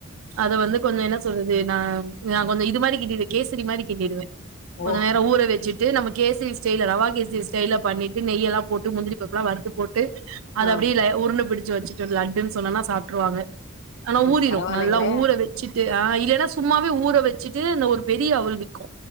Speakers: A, on the right (about 70°); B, on the left (about 55°).
A: அத வந்து கொஞ்சொ என்ன சொல்றது நா நா கொஞ்சொ இது மாரி கிண்டிடுவே கேசரி மாரி கிண்டிடுவே கொஞ்ச
B: ஓ
A: நேரொ ஊற வெச்சிட்டு நம்ம கேசரி ஸ்டைல்ல ரவா கேசரி ஸ்டைல்ல பண்ணிட்டு நெய்யெல்லாம் போட்டு முந்திரி பருப் புலா வறுத்து போட்டு அத
B: ஆ
A: அப்டியே ல உருண்ட புடிச்சு வச்சுட்டு லட்டுன் சொன்னனா சாப்ட்டுருவாங்க ஆனா
B: ஓ
A: ஊறிரு
B: பரவாயில்லைங்களே
A: நல்லா ஊற வெ ச்சிட்டு் ஆ இல்லன்னா சும்மாவே ஊற வெச்சிட்டு இந்த ஒரு பெரிய அவுள் விக்கு